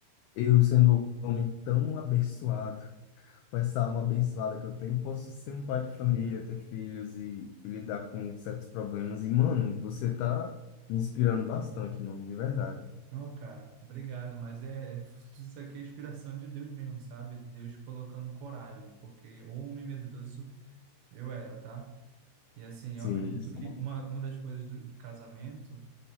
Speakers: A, on the left; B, on the right.
A: eu, sendo um homem tão abençoado, <laughs> com essa alma abençoada que eu tenho, posso ser um pai de família, ter filhos e, e lidar com certos problemas? E, mano, você tá me inspirando bastante, mano, de verdade.
B: Não, cara, obrigado, mas é, é- tudo isso aqui é inspiração de Deus mesmo, sabe? Deus colocando coragem, porque homem medroso eu era, tá? E assim,
A: Sim,
B: eu acredito
A: sim.
B: que uma, uma das coisas do, de casamento